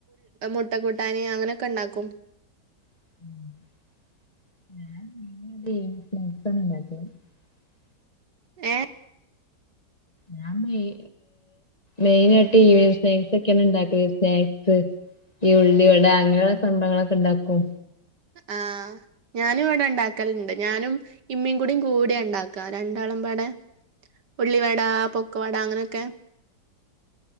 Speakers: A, on the right; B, on the left.
A: മുട്ട കൂട്ടാൻ അങ്ങനെയൊക്കെ ഉണ്ടാക്കും
B: <inaudible>
A: ഏ
B: ഞാൻ മെയി മെയിനായിട്ട് ഈവനിങ് സ്നാക്സൊക്കെയാണ് ഇണ്ടാക്കല് സ്നാക്സ് ഈ ഉള്ളി വട അങ്ങനെള്ള സ്നാക്സൊക്കെ ണ്ടാക്കും
A: ആ ഞാനും ഇവിടെ ണ്ടാക്കല്ണ്ട് ഞാനും ഇമ്മിം കൂടെ കൂട്യണ്ടാക്കാ രണ്ടാ മ്പാടെ ഉള്ളി വട, പൊക്കവട അങ്ങനെക്കെ